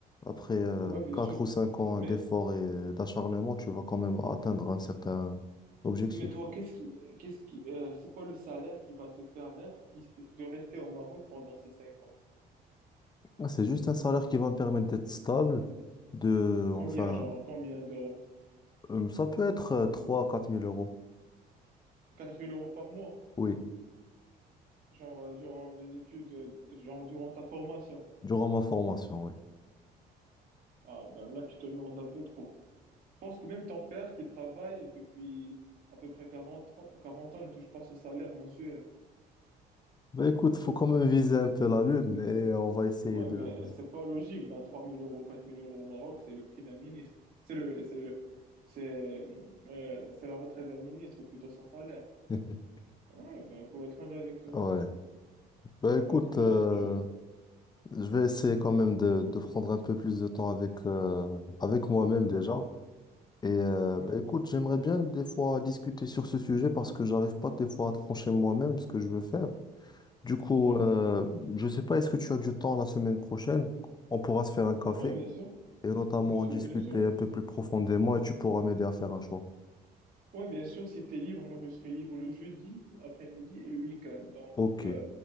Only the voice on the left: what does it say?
Après euh,
4
ou 5 ans
d'effort et d'acharnement, tu vas quand même atteindre un certain objectif.
Ah, C'est juste un salaire qui va me permettre d'être stable, de,
enfin,
euh, ça peut être euh, trois quatre mille euros,
oui,
durant ma formation, oui.
Bah écoute, faut quand même viser un peu la lune et on va essayer
de...
<laughs>
Ouais. Bah écoute,
euh,
Je vais essayer quand même de, de prendre un peu plus de temps avec, euh, avec moi-même déjà. Et euh,
bah, écoute, j'aimerais bien des fois discuter sur ce sujet parce que j'arrive pas des fois à trancher moi-même ce que je veux faire. Du coup,
euh, je sais pas, est-ce que tu as du temps la semaine prochaine? On pourra se faire un café
et notamment
en discuter
un peu plus profondément et tu pourras m'aider à faire un choix.
Ok,